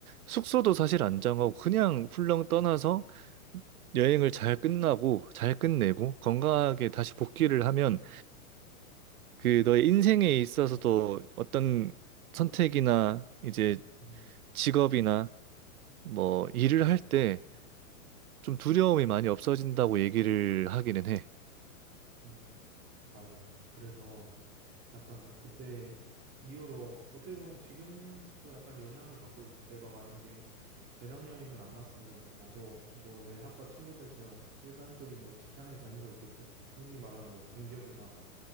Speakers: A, on the right (about 75°); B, on the right (about 25°).
A: 숙소도 사실 안 정하고 그냥 훌렁 떠나서 여행을 잘 끝나고 잘 끝내고 건강하게 다시 복귀를 하면 그 너의 인생에 있어서도 어떤 선택이나 이제
B: 음.
A: 직업이나 뭐 일을 할 때 좀 두려움이 많이 없어진다고 얘기를 하기는 해.
B: 음, 맞아. 그래서 약간 그때 이후로 어떻게 보면 지금도 약간 영향을 받고 있지. 내가 만약에 배낭여행을 안 갔으면 나도 뭐 내 학과 친구들처럼 일반적인 뭐 직장에 다니고 있겠지. 흔히 말하는 뭐 공기업이나